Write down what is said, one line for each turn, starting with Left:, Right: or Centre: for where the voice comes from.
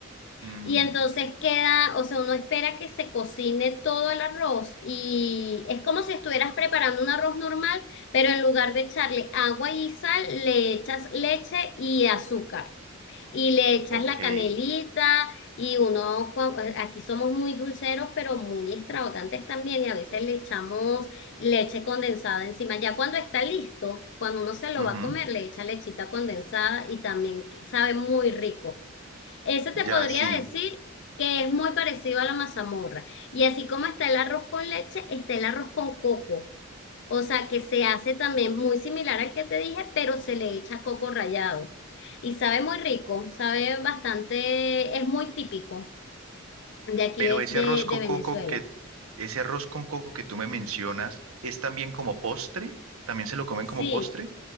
Right: mm,
Left: Y entonces queda, o sea, uno espera que se cocine todo el arroz y es como si estuvieras preparando un arroz normal, pero en lugar de echarle agua y sal, le echas leche y azúcar y le echas
Right: ok.
Left: la canelita y uno, cua- aquí somos muy dulceros, pero muy extravagantes también y a veces le echamos leche condensada encima. Ya cuando está listo, cuando uno se lo
Right: ujú.
Left: va a comer, le echa lechita condensada y también sabe muy rico. Ese te
Right: Ya,
Left: podría
Right: sí.
Left: decir que es muy parecido a la mazamorra. Y así como está el arroz con leche, está el arroz con coco. O sea, que se hace también muy similar al que te dije, pero se le echa coco rallado. Y sabe muy rico, sabe bastante, es muy típico de aquí
Right: Pero
Left: de,
Right: ese
Left: de-
Right: arroz con
Left: de Venezuela.
Right: coco que, ese arroz con coco que tú me mencionas, ¿es también como postre? ¿También se lo comen
Left: Sí,
Right: como postre?